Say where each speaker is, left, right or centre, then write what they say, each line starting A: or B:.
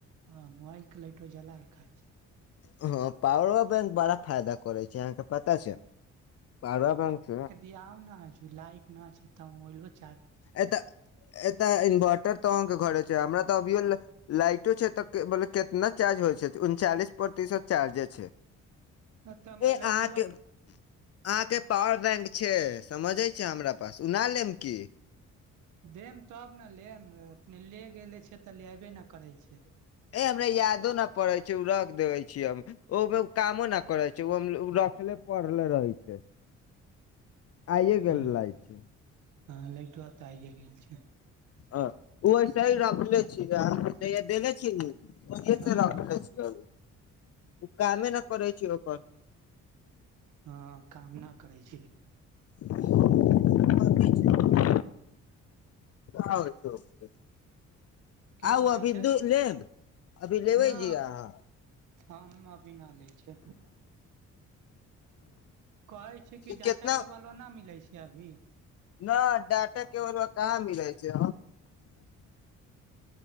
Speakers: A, on the right (about 80°); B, on the left (about 55°).
A: आ मोबाइलके लाइटो जलाके खाइ छै।
B: हँ, पावरो बैंक बड़ा फायदा करै छै अहाँके पता छै। पावर बैंक
A: दियाउ ने लाइट न छै त
B: एतऽ एता इन्वर्टर तऽ अहाँके घरे हमरा तऽ अभियो लाइटो छै। त कितना चार्ज होय छै। उनचालिस प्रतिशत। चार्ज छै।
A: तऽ हमर
B: अहाँकेँ
A: लाइटबा
B: अहाँकेँ पावर बैंक छै। समझे छै, हमरा पास नहि लेब की?
A: देम तब ने लेम अपने ले गेले छै तऽ ले अबे ने करै छै।
B: ए हमरा यादो न पड़ै छै। ओ रख देबे छियै हम। ओमे कामो न करे छै। ओ रखले पड़ले रहै छै। आइए गेल
A: हँ
B: लाइट
A: हँ लाइटबा तऽ आइये गेल छै
B: आ। उवैसे ही रखले छिय। देले छियेनु ओहिसे
A: हँ
B: रखले छिय कामे न करै छै ओकर।
A: हँ, काम नहि करै छी?
B: छै <unintelligible> आओत <unintelligible>
A: की
B: आउ,
A: कहै
B: अभी
A: छै
B: दू लेब अभी लेबै
A: न
B: जी अहाँ?
A: हम। बिना लै छै कहै छै कि
B: कितना
A: डाटा केबल। न मिलै छै अभी?
B: नहि डाटा केबल कहाँ मिलै छै।